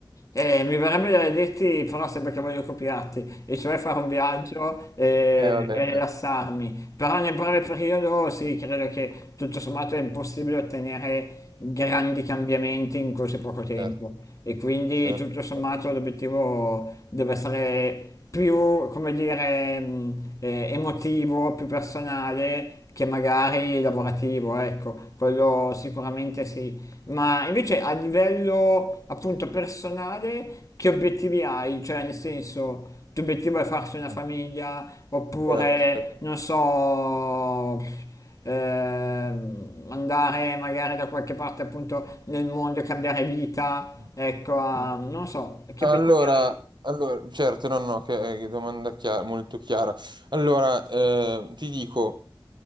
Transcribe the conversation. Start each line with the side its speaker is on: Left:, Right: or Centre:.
Left: Eh, mi verrebbe da dirti, però sembra che voglio copiarti, e cioè fare un viaggio eh,
Right: Eh, vabbè,
Left: e, rilassarmi.
Right: dai. ci sta.
Left: Però nel breve periodo sì, credo che tutto sommato è impossibile ottenere grandi cambiamenti in così poco tempo.
Right: Certo,
Left: E quindi
Right: certo,
Left: tutto sommato
Right: certo,
Left: l'obiettivo deve essere più, come dire, mh, eh, emotivo, più personale che magari lavorativo, ecco, quello sicuramente sì. Ma invece a livello appunto personale, che obiettivi hai? Cioè, nel senso, il tuo obiettivo è farsi una
Right: Mm.
Left: famiglia oppure,
Right: certo. certo.
Left: non so, ehm, andare magari da qualche parte appunto nel mondo, e cambiare vita,
Right: Mm.
Left: ecco, a-
Right: Mm.
Left: non so, che
Right: Allora,
Left: obiettivi hai?
Right: allora, certo, no, no, che, che domanda chiara, molto chiara. Allora, eh, ti dico,